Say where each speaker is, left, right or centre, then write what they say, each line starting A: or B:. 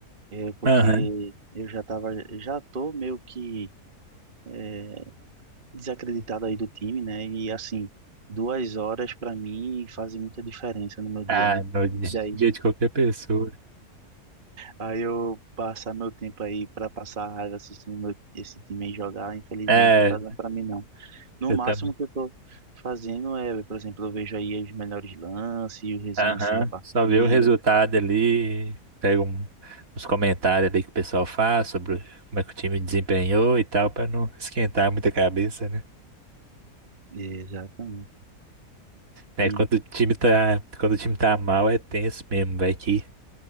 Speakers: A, on the right; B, on the right.
A: É porque
B: Aham.
A: eu já tava, já tô meio que é, desacreditado aí do time, né? E assim, duas horas pra mim fazem muita diferença no meu dia,
B: Ah,
A: né?
B: no
A: E daí,
B: dia de qualquer pessoa.
A: aí eu passar meu tempo aí pra passar raiva assistindo meu- esse time aí jogar, infelizmente
B: É,
A: não tá dando pra mim não. No
B: eu
A: máximo
B: também.
A: que eu tô fazendo é, por exemplo, eu vejo aí os melhores lances e o resumo
B: Aham.
A: assim da partida.
B: Só vê o resultado ali, pega um- uns comentários ali que o pessoal faz sobre o- como é que o time desempenhou e tal, pra não esquentar muita cabeça, né?
A: Exatamente.
B: É,
A: E-
B: quando o time tá, quando o time tá mal é tenso mesmo, vai que